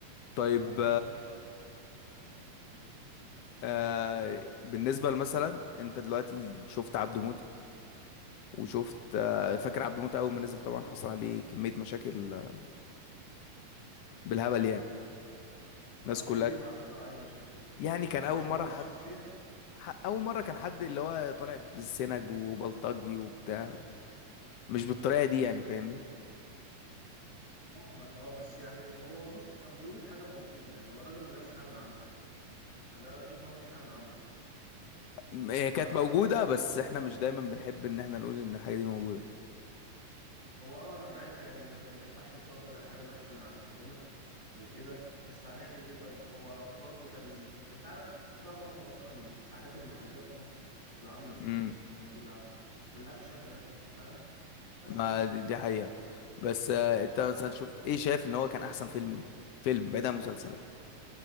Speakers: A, on the left; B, on the left.
A: طيب
B: فاهم فاحنا دلوقتي قعدنا 12 سنين
A: آه بالنسبة مثلا انت دلوقتي شفت عبده موتة وشفت آه فاكر عبده موتة اول ما نزل طبعا حصل عليه كمية مشاكل آه، بالهبل يعني
B: ما
A: الناس
B: اعرفش
A: كلها
B: ليه بقى حصل عليه مشاكل
A: يعني كان اول
B: عشان
A: مرة
B: هو
A: حد
B: الشخصيه
A: ح- اول مرة كان حد اللي هو طالع بالسنج وبلطجي وبتاع مش بالطريقة دي يعني فاهمني
B: فاهمك اه بس يعني هو بص كان بيقول حاجه موجوده يعني هو الراجل ما جابش حاجه من عنده يعني ده انا شايف ان هو مفيش حاجه من عنده بصراحه
A: م- هي
B: فانت
A: كانت موجودة
B: ليك
A: بس احنا مش دايما بنحب ان احنا نقول ان الحاجة دي موجودة
B: هو اه انا معاك يعني ان احنا ما ينفعش نصدر الحاجه الوحشه من عندنا وكده بس هنعمل ايه طيب هو برضو كان بي... انت عارف بقى معظم اصلا الحاجات المحليه في مصر بتبقى عامله ازاي
A: امم
B: يعني بيبقى كلها بالشكل ده فاهم بس
A: ما
B: يعني
A: دي, دي حقيقة بس آه انت مثلا شفت ايه شايف ان هو كان احسن فيلم ليه فيلم بعيد عن مسلسلات